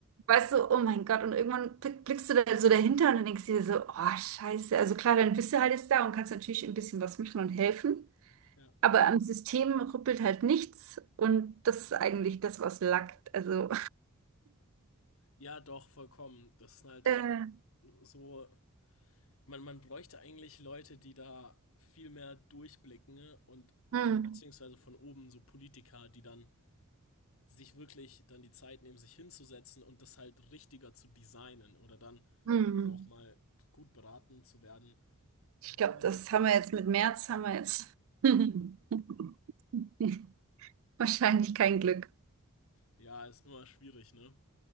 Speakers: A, on the right (about 65°); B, on the left (about 65°).
A: weißt du, oh mein Gott, und irgendwann blick- blickst du da so dahinter und dann denkst du dir so, oh Scheiße, also klar, dann bist du halt jetzt da und kannst natürlich ein bisschen was machen und helfen,
B: Ja.
A: aber am System rüppelt halt nichts und das ist eigentlich das, was lackt. Also,
B: Ja, doch, vollkommen. Das ist halt
A: <laughs> äh,
B: so. Man, man bräuchte eigentlich Leute, die da viel mehr durchblicken ne? und,
A: hm,
B: und beziehungsweise von oben so Politiker, die dann sich wirklich dann die Zeit nehmen, sich hinzusetzen und das halt richtiger zu designen oder dann
A: hm. hm.
B: auch mal gut beraten zu werden,
A: Ich glaube,
B: wie
A: das
B: sich.
A: haben wir jetzt mit März, haben wir jetzt <laughs> wahrscheinlich kein Glück.
B: Ja, ist immer schwierig, ne?